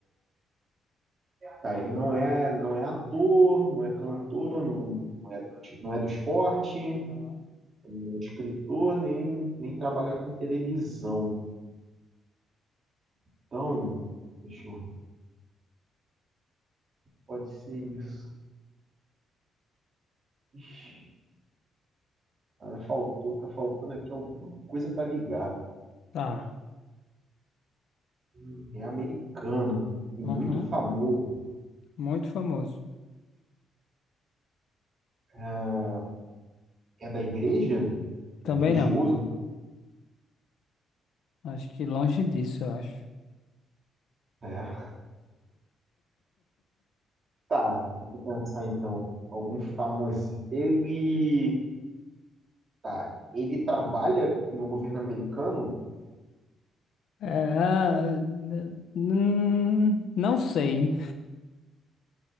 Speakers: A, on the right; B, on the left.
A: Tá, ele não é, não é ator, não é cantor, não, não é, não é do esporte,
B: Não.
A: não é escritor, nem, nem trabalha com televisão. Então, deixa eu ver. Pode ser isso. Ixi, cara, faltou, tá faltando aqui alguma coisa para ligar.
B: Tá.
A: Hum, É americano e
B: Uhum.
A: muito famoso.
B: Muito famoso.
A: Ah, é da igreja?
B: Também
A: É religioso?
B: não. Acho que longe disso, eu acho.
A: É. Tá, deixa eu pensar então. Algum famosinho. Ele. Tá, ele trabalha no governo americano?
B: É, ah, n- hum, não sei.